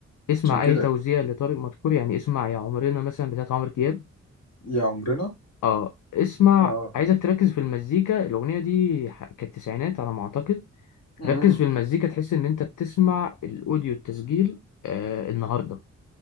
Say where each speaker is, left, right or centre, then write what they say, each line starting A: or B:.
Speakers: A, on the left; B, on the left.
A: اسمع
B: عشان كده
A: أي توزيع لطارق مدكور يعني اسمع يا عمرنا مثلا بتاعت عمرو دياب
B: يا عمرنا
A: اه اسمع
B: اه
A: عايزك تركز في المزيكا الأغنية دي ح- كانت تسعينات على ما أعتقد
B: امم
A: ركز في المزيكا تحس إن أنت بتسمع الأوديو التسجيل آه، النهاردة